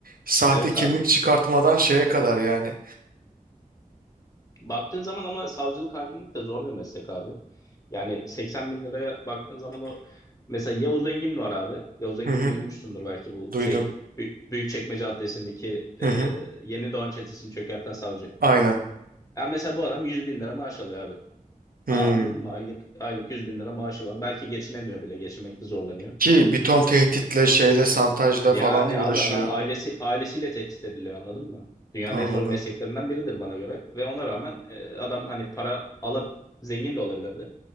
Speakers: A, on the right; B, on the left.
A: Sahte
B: evet
A: kimlik
B: abi.
A: çıkartmadan şeye kadar yani.
B: Baktığın zaman ama savcılık hakimlik de zor bir meslek abi. Yani 80 bin liraya baktığın zaman o mesela Yavuz Engin var abi. Yavuz Engin'i
A: Hı hı,
B: duymuşsundur belki bu
A: duydum.
B: şey Büyük, Büyükçekmece Adliyesi'ndeki ee,
A: Hı hı,
B: Yeni Doğan çetesini çökerten savcı.
A: aynen.
B: Ya mesela bu adam 100 bin lira maaş alıyor abi.
A: Hmm.
B: Aa, Anladın mı? Aylık, aylık 100 bin lira maaşı var. Belki geçinemiyor bile. Geçinmekte zorlanıyor.
A: Ki bir ton tehditle şeyle santajla
B: Yani
A: falan uğraşıyor.
B: abi adam ailesi ailesiyle tehdit ediliyor anladın mı? Dünyanın
A: Anladım
B: en zor mesleklerinden biridir bana göre. Ve ona rağmen e, adam hani para alıp zengin de olabilirdi.